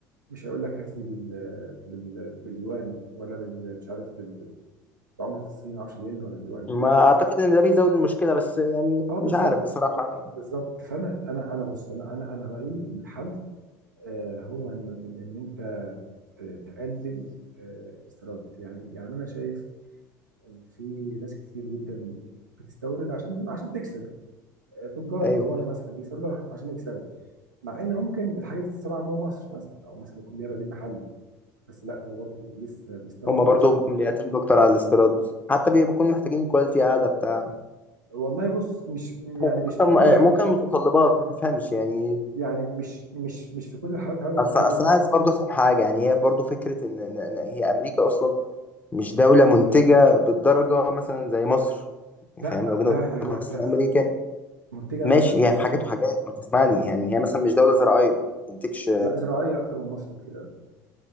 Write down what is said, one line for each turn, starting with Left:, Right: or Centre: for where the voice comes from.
Right: مش هيقول لك هات لي بال... بال... باليوان ولا بال... مش عارف بال... بعمله الصين ما اعرفش الين ولا اليوان
Left: ما اعتقد ان ده بيزود المشكلة بس يعني
Right: اه
Left: مش
Right: بالظبط
Left: عارف بصراحة
Right: بالظبط بالظبط فانا انا انا بص انا انا انا رايي ان الحل آه، هو ان ان إن انت ت- تقلل آه، الاستيراد يعني يعني انا شايف ان في ناس كتير جدا بتستورد عشان عشان تكسب آه، تجار
Left: ايوه
Right: كبار مثلا بيستوردوا عشان يكسبوا مع ان ممكن الحاجات دي تتصنع جوه مصر مثلا او مثلا يكون ليها بديل محلي بس لا هو برضه لسه بيستورد
Left: هما برضو
Right: عشان
Left: بيعتمدوا اكتر على الاستيراد حتى بيكونوا محتاجين كواليتي اعلى بتاع
Right: والله بص مش يعني
Left: ممكن
Right: مش في كل الح...
Left: ممكن متطلبات ما تفهمش يعني
Right: يعني مش مش مش في كل الحالات هقول لك
Left: اصل
Right: كواليتي
Left: اصل أنا عايز برضه افهم حاجه يعني هي برضه فكره ان إن- إن هي امريكا اصلا مش دوله منتجه بالدرجه مثلا زي مصر
Right: لا
Left: فاهم لو جينا
Right: لا لا
Left: بص
Right: لا لا
Left: امريكا
Right: منتجه
Left: ماشي
Right: قصدك
Left: هي في حاجات وحاجات ما تسمعني يعني هي مثلا مش دوله زراعيه ما بتنتجش
Right: لا زراعيه اكتر من مصر بكتير قوي